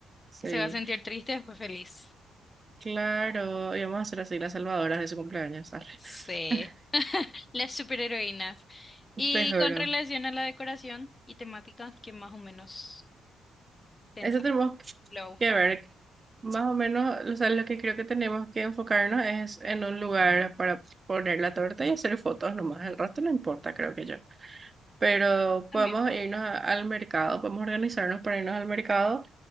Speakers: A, on the right; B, on the left.
A: Sí,
B: Se va a sentir triste después feliz.
A: claro. Y vamos a hacer así las salvadoras de su cumpleaños. arre.
B: Sí.
A: <laughs>
B: Las superheroínas. Y
A: Te juro.
B: con relación a la decoración y temática, que más o menos pensa,
A: Eso tenemos
B: le va a gustar.
A: que ver. Más o menos, o sea, lo que creo que tenemos que enfocarnos es en un lugar para poner la torta y hacer fotos nomás. El resto no importa, creo que yo. Pero
B: También.
A: podemos irnos a- al mercado, podemos organizarnos para irnos al mercado